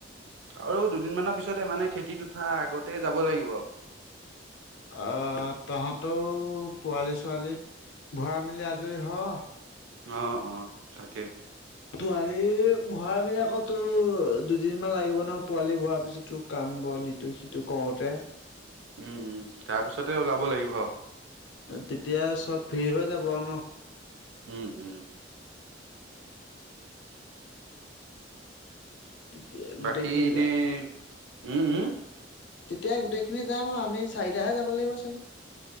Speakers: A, on the right; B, on the left.
A: আৰু দুদিন মানৰ পিছতে মানে খেতিত উঠা আগতে যাব লাগিব আৰু
B: অ হ তহতও পোৱালি ছোৱালী ভৰাই মেলি আজৰি হ
A: অ অ তাকে
B: পোৱালি ভৰাই মানি আকৌ তো দুদিনমান লাগিব ন পোৱালি ভৰা পিছত তোৰ কাম বন ইতো সিটো কৰোতে
A: উম উম তাৰ পিছতে ওলাব লাগিব
B: তেতিয়া চব ফ্ৰী হৈ যাব ন?
A: উম উম।
B: তেতিয়া গোটেইখিনি
A: বাকী, এনেই।
B: যাম।
A: উম উম।
B: তেতিয়া গোটেইখিনি যাম আৰু, আমি চাৰিটাহে যাব লাগিব চাগে!